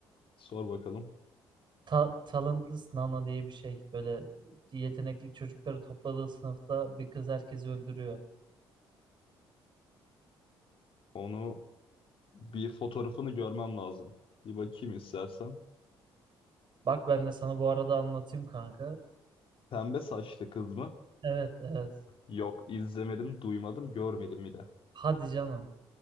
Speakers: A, on the left; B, on the right.
A: Sor bakalım.
B: Ta Talentless Nana diye bir şey. Böyle yetenekli çocukları topladığı sınıfta bir kız herkesi öldürüyor.
A: Onu bir fotoğrafını görmem lazım. Bir bakayım istersen.
B: Bak ben de sana bu arada anlatayım kanka.
A: Pembe saçlı kız mı?
B: Evet evet.
A: Yok izlemedim, duymadım, görmedim bile.
B: Hadi canım.